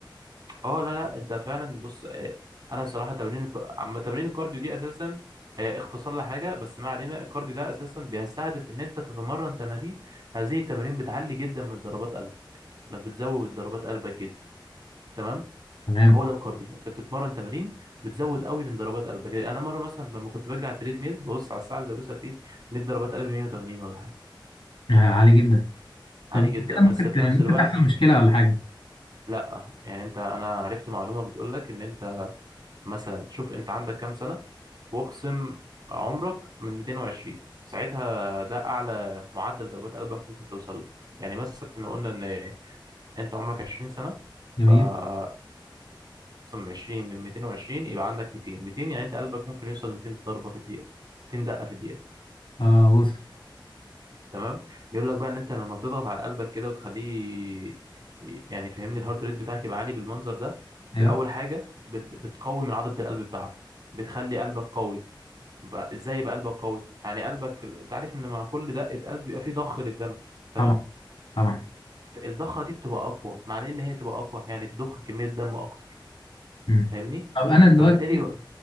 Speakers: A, on the right; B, on the left.
A: اه لا لا انت فعلا بص آه، انا صراحه تمارين الك... عم تمارين الكارديو دي اساسا هي اختصار لحاجه بس ما علينا الكارديو ده اساسا بيستهدف ان انت تتمرن تمارين هذه التمارين بتعلي جدا من ضربات قلب لما بتزود ضربات قلبك جدا تمام
B: تمام
A: هو ده الكارديو انت بتتمرن تمارين بتزود قوي من ضربات قلبك يعني انا مره مثلا لما كنت بجري على التريد ميل ببص على الساعه اللي لابسها في ايدي لقيت ضربات قلبي 180 ولا حاجه
B: آه، عالي جدا
A: عالي
B: طب كده
A: جدا بس
B: ممكن
A: في
B: ت-
A: نفس
B: ممكن
A: الوقت
B: تحصل مشكلة ولا حاجة
A: لا يعني انت انا عرفت معلومه بتقول لك ان انت مثلا شوف انت عندك كام سنه واخصم عمرك من 220 ساعتها ده اعلى معدل ضربات قلبك ممكن توصل له يعني مثلا لو قلنا ان انت عمرك 20 سنه
B: جميل
A: فتخصم 20 من 220 يبقى عندك 200 200 يعني انت قلبك ممكن يوصل 200 ضربه في الدقيقه 200 دقه في الدقيقه
B: اه وصل
A: تمام بيقول لك بقى ان انت لما بتضغط على قلبك كده وتخليه يعني فهمني الهارت ريت بتاعك يبقى عالي بالمنظر ده باول
B: أيوه
A: حاجه بت- بتقوي من عضله القلب بتاعتك بتخلي قلبك قوي بقى ازاي يبقى قلبك قوي يعني قلبك في ال- انت عارف ان مع كل دقه قلب بيبقى فيه ضخ للدم تمام
B: طبعا طبعا
A: فالضخه دي بتبقى اقوى معنى ان هي تبقى اقوى يعني تضخ كميه دم اكتر
B: مم.
A: فاهمني
B: طب أنا دلوقتي
A: فبالتالي قول